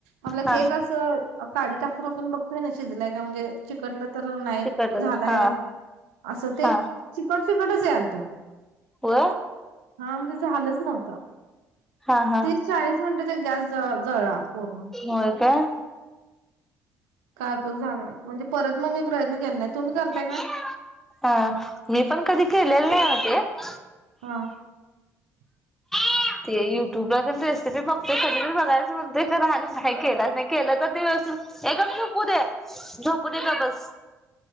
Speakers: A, on the right (about 70°); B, in the centre.
A: आपला
B: हा
A: केक असं काढी टाकून आपण बघतोय कनी शिजलाय का म्हणजे चिकटलं तर नाही
B: चिकटल
A: झालाय
B: तर हा
A: असं ते
B: हा
A: चिकट- चिकटच यालत
B: व
A: हा मग ते झालंच नव्हतं
B: हा हा
A: तेच चाळीस मिनिटं ते गॅस जळ- जळला पूर्ण
B: होय काय?
A: काय उपयोग झाला नाही म्हणजे परत मग मी प्रयत्न केला नाही तुम्ही करताय
B: <unintelligible>
A: का
B: हा मी पण कधी केलेला नाहीये तो <inaudible>
A: हा <inaudible>
B: <inaudible> ते युट्यूबला पण रेसिपी बघतोय कधी तर बघायच म्हणतोय खर आणि नाही केलाच नाही केलं तर ते व्यवस्थित ये गप्प झोपू दे झोपू दे गबस